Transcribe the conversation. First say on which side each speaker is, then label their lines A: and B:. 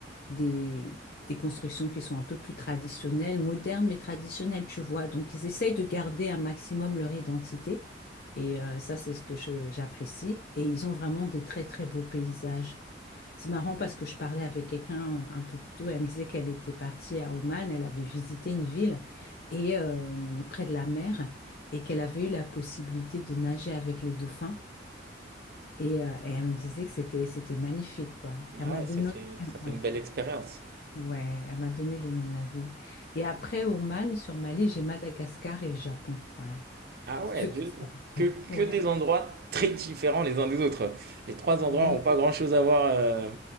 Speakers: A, on the left; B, on the right.
A: des, des constructions qui sont un peu plus traditionnelles, modernes mais traditionnelles, tu vois. Donc, ils essayent de garder un maximum leur identité. Et euh, ça, c'est ce que je- j'apprécie. Et ils ont vraiment des très, très beaux paysages. C'est marrant parce que je parlais avec quelqu'un euh, un peu plus tôt. Elle me disait qu'elle était partie à Oman. Elle avait visité une ville et euh, près de la mer et qu'elle avait eu la possibilité de nager avec les dauphins. Et, euh, et elle me disait que c'était c'était magnifique, quoi.
B: ouais.
A: Elle
B: Ah
A: m'a
B: ouais,
A: donné,
B: ça fait, ça fait
A: ouais.
B: une belle expérience.
A: Ouais, elle m'a donné le nom de la ville. Et après, Oman, sur Mali, j'ai Madagascar et le Japon. Voilà,
B: Ah
A: si
B: ouais,
A: tu
B: de-
A: veux tout savoir.
B: que,
A: <laughs> Ouais,
B: que des endroits très différents les uns des autres. Les trois
A: oui,
B: endroits n'ont pas grand-chose à voir. euh,